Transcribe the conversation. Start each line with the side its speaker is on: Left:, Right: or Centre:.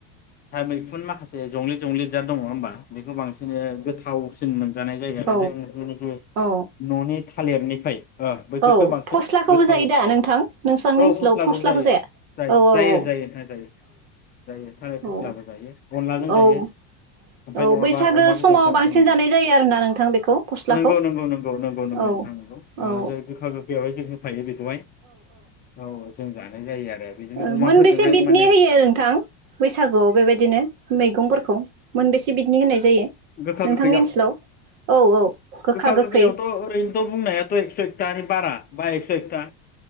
Left: दा मैखुन माखासे जंलि जंलि जा दङ होनोबा बेखौ बांसिन गोथावसिन मोनजानाय जायग आरो
Right: औ
Left: जों जेनोखि
Right: औ
Left: न'नि थालिरनिफ्राय ओ बैफोरफोरखौ
Right: औ
Left: बांसिन
Right: फस्लाखौबो
Left: गोथाव
Right: जायो दा नोंथां नोंसांनि
Left: औ
Right: ओनसोलाव
Left: फस्लाबो
Right: फस्लाखौ
Left: जायो
Right: जाया
Left: जायो
Right: औ
Left: जायो
Right: औ
Left: जायो नोंथां जायो जायो थालिर
Right: औ
Left: फस्लाबो जायो। अनलाजों
Right: औ
Left: जायो।
Right: औ
Left: ओमफाय
Right: औ
Left: नङाबा
Right: बैसागो
Left: अमा
Right: समाव
Left: बेदरजों
Right: बांसिन
Left: अनु
Right: जानाय
Left: जों
Right: जायो आरोना नोंथां बेखौ फस्लाखौ
Left: नंगौ नंगौ नंगौ नंगौ नंगौ
Right: औ
Left: नोंथां नंगौ
Right: औ
Left: जा गोखा गोखैयावहाय जों होफायो। बेखौहाय औ जों जा नाय आरो बिदिनो
Right: ओ
Left: अमाफोरजोंहाय
Right: मोनबेसे बिदनि
Left: माने
Right: होयो नोंथां बैसागुआव बेबायदिनो मैगंफोरखौ मोनबेसे बिदनि होनाय जायो
Left: गोखा
Right: नोंथांनि
Left: गोखैयाव
Right: ओनसोलाव औ औ
Left: गोखा
Right: गोखै
Left: गोखैयावथ' ओरैनोथ' बुंनायाथ' एकस' एकथानि बारा बा एकस' एकथा